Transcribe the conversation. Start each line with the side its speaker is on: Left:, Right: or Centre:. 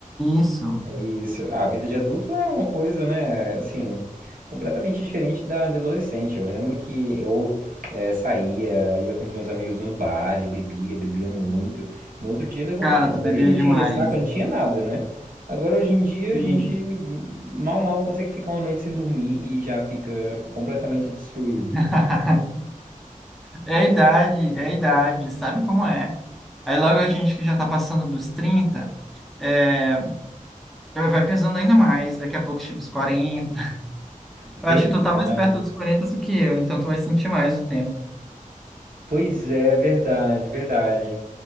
Centre: Isso,
Right: É isso. A vida de adulto é uma coisa, né? Assim, completamente diferente da de adolescente. Eu lembro que eu É, saía, ia com os meus amigos no bar e bebia, bebia muito. No outro dia eu levantava
Centre: cara, tu bebia
Right: e não
Centre: demais.
Right: tinha ressaca, não tinha nada, né? Agora hoje em dia
Centre: Sim.
Right: a gente mal mal consegue ficar uma noite sem dormir e já fica completamente destruído.
Centre: <laughs> É a idade, é a idade, sabe como é? Aí logo a gente que já tá passando dos 30, é, vai pesando ainda mais, daqui a pouco chega os 40.
Right: Verdade.
Centre: Eu acho que tu tá mais perto dos 40 do que eu, então tu vai sentir mais o tempo.
Right: Pois é, verdade, verdade.